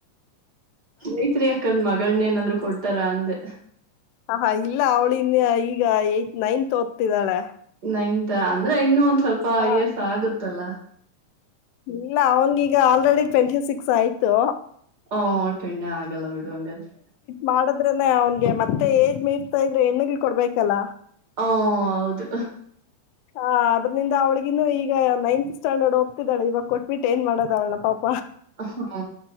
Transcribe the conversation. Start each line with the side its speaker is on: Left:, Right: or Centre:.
Right: ಸ್ನೇತ್ರಿ ತನ್ ಮಗಳನ್ನ ಏನಾದ್ರು ಕೊಡ್ತಾರ ಅಂದೆ
Left: ಹಹಾ ಇಲ್ಲ ಅವಳ ಇಿಂದ ಈಗ ಏತ್ ನೈನ್ತ್ ಓದ್ತಿದಾಳೆ
Right: ನತ್ ಅಂದ್ರೆ ಇ ಸ್ವಲ್ಪ
Left: ಹ
Right: ಎಸ ಆಗುತ್ತಲ್ಲ
Left: ಇಲ್ಲ ಅವನಿಗೀಗ ಆಲ್ರೆಡಿ ಟ್ವೆಂಟಿ ಸಿಕ್ಸ್ ಆಯ್ತು
Right: ಹೋ ಓಕೆ ಇನ್ನು ಆಗಲ್ಲ ಬಿಡುವ ಹಂಗಾಧ್ರೆ
Left: ಮಾಡದ್ರನ ಅವನ್ಗೆ ಮತ್ತೆ ಏಜ್ ಮೀರ್ತಾ ಇದ್ರೆ ಹೆಣ್ಣಗ್ ಕೊಡ್ಬೇಕಲ್ಲ
Right: ಹ ಹೌದು
Left: ಹಾ ಅದ್ರಿಂದ ಅವಳಗಿೂ ಈಗ ನೈನ್ತ್ ಸ್ಟ್ಯಾಂಡರ್ಡ್ ಹೋಗ್ತಿದ್ದಾಳ ಇವಾಗ ಕೊಟ್ಬಿಟ್ಟು ಏನ್ ಮಾಡೋದ ಅವ್ಳಪ್ಪಾ
Right: ಹ್ಮ